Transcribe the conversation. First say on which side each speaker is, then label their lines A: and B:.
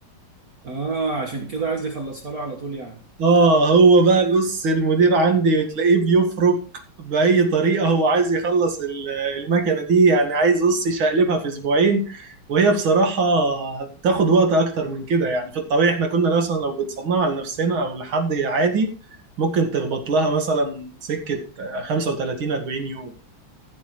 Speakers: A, on the right; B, on the right.
A: اه عشان كده عايز يخلصها له على طول يعني
B: آه هو بقى بص المدير عندي تلاقيه بيفرك بأي طريقة هو عايز يخلص ال- المكنة دي يعني عايز بص يشقلبها في أسبوعين وهي بصراحة بتاخد وقت أكتر من كده يعني في الطبيعي إحنا كنا مثلا لو بنصنعها لنفسنا أو لحد عادي ممكن تخبط لها مثلا سكة 35 40 يوم